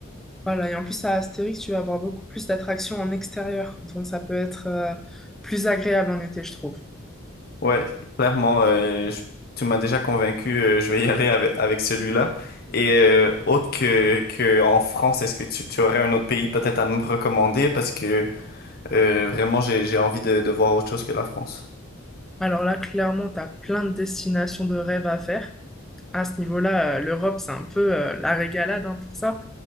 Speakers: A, in the centre; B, on the left.
A: Voilà, et en plus, à Astérix, tu vas avoir beaucoup plus d'attractions en extérieur, donc ça peut être euh, plus agréable en été, je trouve.
B: Ouais, clairement, euh, je- tu m'as déjà convaincu. euh, je vais y aller avec, avec celui-là. Et euh, autre que, que en France, est-ce que tu, tu aurais un autre pays peut-être à me recommander parce que euh, vraiment j'ai, j'ai envie de, de voir autre chose que la France.
A: Alors là, clairement, tu as plein de destinations de rêve à faire. à ce niveau-là, euh, l'Europe, c'est un peu euh, la régalade hein, pour ça.